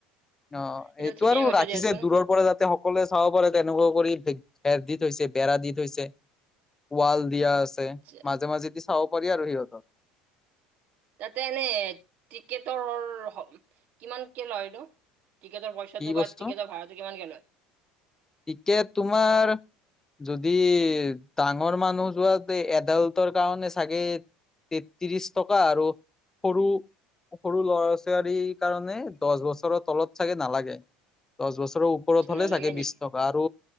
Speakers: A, on the left; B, on the right.
A: অ
B: সেইটো
A: এইটো
B: ঠিকেই
A: আৰু
B: কৈছে
A: ৰাখিছে
B: দিয়াচোন
A: দূৰৰ পৰা যাতে সক সকলে চাব পাৰে তেনেকুৱা কৰি ভেৰ দি থৈছে বেৰা দি থৈছে ৱাল দিয়া ছে
B: আচ্ছা
A: মাজে মাজি দি চাব পাৰি আৰু সিহতক।
B: তাতে এনে টিকেটৰ হ কিমানকে লয়নো? টিকেটৰ পইচাটো
A: কি বস্তু
B: বা টিকেটৰ ভাড়াটো কিমানকে লয়?
A: টিকেট তোমাৰ যদি, ডাঙৰ মানুহ যোৱা তে এডাল্টৰ কাৰণে চাগে তে ত্ৰিশ টকা আৰু সৰু সৰু ল'ৰা-ছোৱালীৰ কাৰণে দছ বছৰৰ তলত চাগে নালাগে, দহ বছৰৰ ও উপৰত
B: আচ্ছা
A: হ'লে
B: নালাগে
A: চাগে
B: নেকি
A: বিছ। আৰু